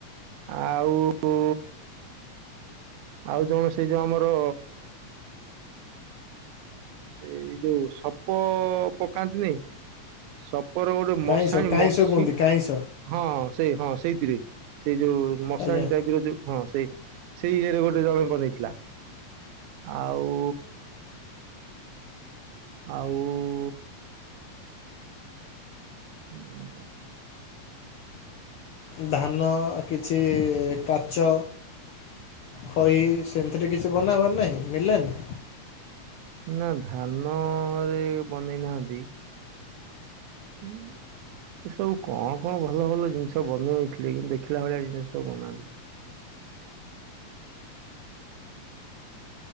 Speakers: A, on the right; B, on the left.
A: ଆଉ ଆଉ ଜଣେ ସେଇ ଯୋଉ ଆମର ସେଇ ଯୋଉ ସପ ପକାନ୍ତିନେଇଁ ସପ୍ ଉପରେ ଗୋଟେ
B: କାଇଁସ
A: ମଶାଣି
B: କାଇଁସ
A: ମସି
B: କୁହନ୍ତି କାଇଁସ
A: ହଁଁ ସେଇ ହଁ ସେଇଥିରେ ସେଇ ଯୋଉ ମଶାଣି
B: ଆଜ୍ଞା।
A: ଟାଇପ୍ର ଯୋଉ ହଁ ସେଇ ସେଇ ଇଏରେ ଗୋଟେ ଜଣେ ବନେଇଥିଲା ଆଉ ଆଉ <inaudible>
B: ଧାନ କିଛି କାଚ ଖଇ ସେମ୍ତିରେ କି ଛି ବନା ହବାର ନାଇଁ ମିଳିଲାନି।
A: ନା ଧାନରେ ବନେଇନାହାଁନ୍ତି। <inaudible> ସେ ସବୁ କଣ କଣ ଭଲ ଭଲ ଜିନ୍ଷ ବନେଇଥିଲେ କିନ୍ତୁ ଦେଖିଲା ଭଳିଆ ଜିନ୍ଷ ସବୁ ବନାନ୍ତି।